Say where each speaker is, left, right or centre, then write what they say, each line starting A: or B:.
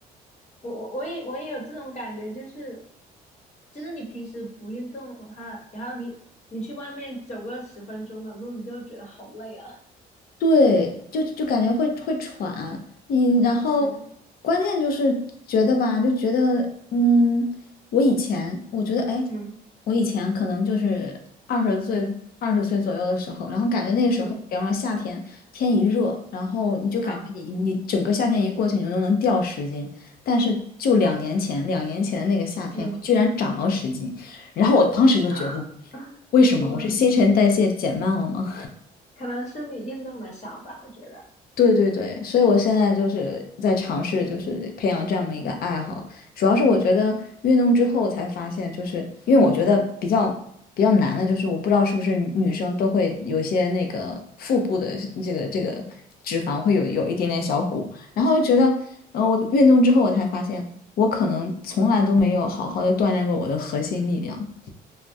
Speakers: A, on the left (about 40°); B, on the left (about 60°).
A: 我我我也我也有这种感觉，就是就是你平时不运动的话，然后你你去外面走个十分钟的路，你就会觉得好累啊。
B: 对，就就感觉会会喘，你然后关键就是觉得吧，
A: 嗯
B: 就觉得嗯，我以前我觉得哎，
A: 嗯
B: 我以前可能就是二十岁二十岁左右的时候，然后感觉那个时候，
A: 嗯
B: 比方说夏天天一热，然后你就感觉你你整个夏天一过去，
A: 啊
B: 你就能掉十斤，但是就两年前两年前的那个夏天，
A: 嗯，
B: 我居然长了十斤，然后我当时就觉得，
A: <laughs>
B: 为什么我是新陈代谢减慢了吗？
A: 我可能是你运动的少吧，我觉得。
B: 对对对，所以我现在就是在尝试，就是培养这么一个爱好。
A: 嗯
B: 主要是我觉得运动之后才发现，就是因为我觉得比较比较难的，
A: 嗯，
B: 就是我不知道是不是女女生都会有一些那个腹部的这个这个脂肪会有有一点点小鼓，然后就觉得，呃，我运动之后我才发现，我可能从来都没有好好的锻炼过我的核心力量。